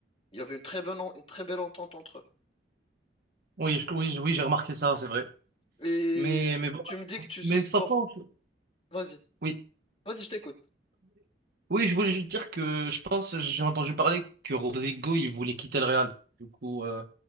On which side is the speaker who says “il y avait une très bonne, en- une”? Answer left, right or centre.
Left